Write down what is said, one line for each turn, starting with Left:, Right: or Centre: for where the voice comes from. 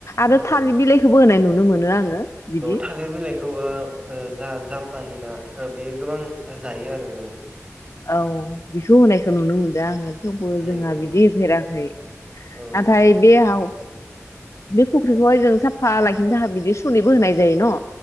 Left: आरो
Right: औ
Left: थालिर बिलाइखौबो बोनाय नुनो मोनो नुदो आङो बिदि
Right: थालिर बिलाइखौ औ ओ जा-जापान नि ना बेयो गोबां जायो आरो माने
Left: औ बिखौ होनायखौ नुनो मोनदों। दा आङो थेवबो
Right: नंगौ
Left: जोंहा
Right: नंगौ
Left: बिदि होफेराखै
Right: औ
Left: नाथाय बेयाव बे फख्रिखौहाय जों साफा लाखिनो थाखाय बिदि सुनैबो होनाय जायो न